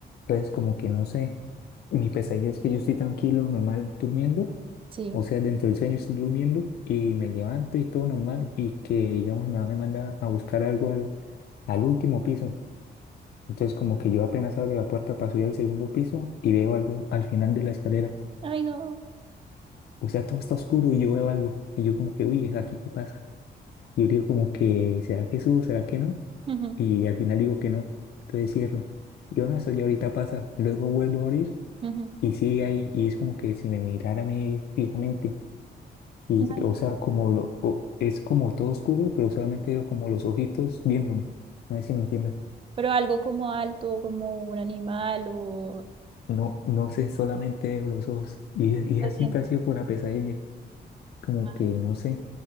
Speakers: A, on the left; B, on the right.
A: Entonces, como que no sé, mi pesadilla es que yo estoy tranquilo, normal, durmiendo,
B: Sí.
A: o sea, dentro del sueño estoy durmiendo y me levanto y todo normal y que, digamos, mi mamá me manda a buscar algo al, al último piso. Entonces, como que yo apenas abro la puerta para subir al segundo piso y veo algo al final de la escalera.
B: Ay, no.
A: O sea, todo está oscuro y yo veo algo. Y yo como que, uy, ¿aquí qué pasa? Y yo digo como que, ¿será que subo? ¿Será que no?
B: Ujú,
A: Y al final digo que no. Entonces cierro. Yo no, eso ya ahorita pasa. Luego vuelvo a abrir
B: ujú.
A: Y sí, ahí, y es como que si me mirara a mí fijamente, y,
B: Imagi-
A: s- o sea, como lo, o- es como todo oscuro, pero solamente veo como los ojitos viéndome. No sé si me entiendes.
B: Pero algo como alto, como un animal o...
A: No, no sé, solamente veo los ojos. Y, es- y
B: Lo
A: esa siempre
B: siento.
A: ha sido con la pesadilla, como
B: Ah,
A: que no sé.